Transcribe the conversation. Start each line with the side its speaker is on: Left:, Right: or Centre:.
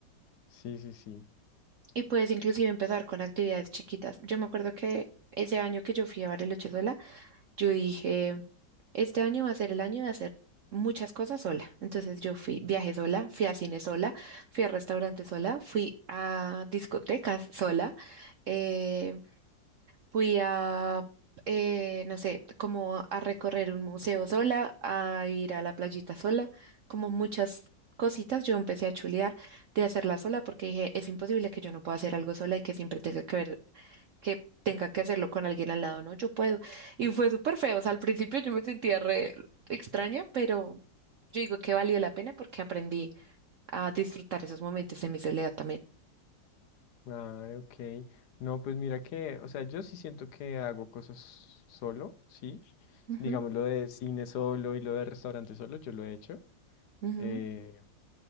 Left: Sí, sí, sí.
Right: Y puedes inclusive empezar con actividades chiquitas. Yo me acuerdo que ese año que yo fui a Bariloche sola, yo dije... Este año va a ser el año de hacer muchas cosas sola. Entonces yo fui, viajé sola, fui a cine sola, fui a restaurantes sola, fui a discotecas sola, eh, fui a, eh, no sé, como a recorrer un museo sola, a ir a la playita sola, como muchas cositas. Yo empecé a chulear de hacerla sola porque dije, es imposible que yo no pueda hacer algo sola y que siempre tenga que ver que tenga que hacerlo con alguien al lado, ¿no? Yo puedo. Y fue súper feo. O sea, al principio yo me sentía re extraña, pero yo digo que valió la pena porque aprendí a disfrutar esos momentos de mi soledad también.
Left: Ah, ok. No, pues mira que, o sea, yo sí siento que hago cosas solo, ¿sí?
Right: Ujú,
Left: Digamos lo de cine solo y lo de restaurante solo, yo lo he hecho.
Right: ujú.
Left: Eh,